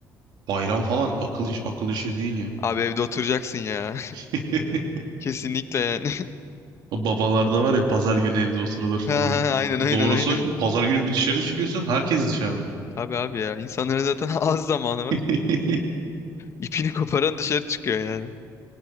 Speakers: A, on the right; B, on the left.
A: bayram falan akıl iş akıl işi değil ya.
B: Abi evde oturacaksın ya.
A: <laughs>
B: <laughs> Kesinlikle yani. <laughs>
A: O babalarda var ya pazar günü evde oturulur falan
B: Ha, ha,
A: diye.
B: ha, Aynen aynen
A: Doğrusu
B: aynen.
A: o. Şimdi pazar günü bir dışarı çıkıyorsun herkes dışarıda.
B: Tabii abi ya. İnsanların zaten <laughs> az zamanı var.
A: <laughs>
B: İpini koparan dışarı çıkıyor yani.